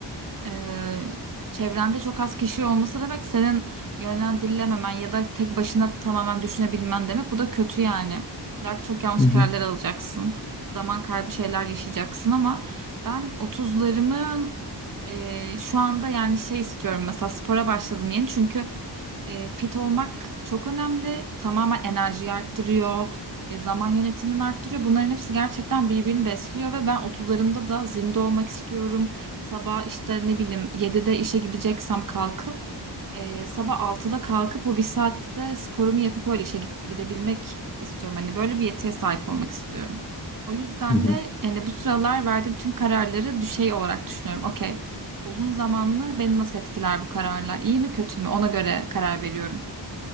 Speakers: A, on the right; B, on the left.
A: ee, çevrende çok az kişi olması demek senin yönlendirilememen ya da tek başına tamamen düşünebilmen demek. Bu da kötü yani. Belki çok yanlış
B: Hı
A: kararlar
B: hı.
A: alacaksın. Zaman kaybı şeyler yaşayacaksın ama ben otuzlarımın e, şu anda yani şey istiyorum mesela spora başladım yeni çünkü e, fit olmak çok önemli. Tamamen enerjiyi arttırıyor, e, zaman yönetimini arttırıyor. Bunların hepsi gerçekten birbirini besliyor ve ben otuzlarımda da zinde olmak istiyorum. Sabah işte ne bileyim 7'de işe gideceksem kalkıp e, sabah 6'da kalkıp o bir saatte sporumu yapıp öyle işe git- gidebilmek istiyorum. Hani böyle bir yetiye sahip olmak istiyorum. O yüzden
B: Hı hı.
A: de yani bu sıralar verdiğim tüm kararları düşey olarak düşünüyorum. Okey. Uzun zamanlı beni nasıl etkiler bu kararlar? İyi mi kötü mü? Ona göre karar veriyorum.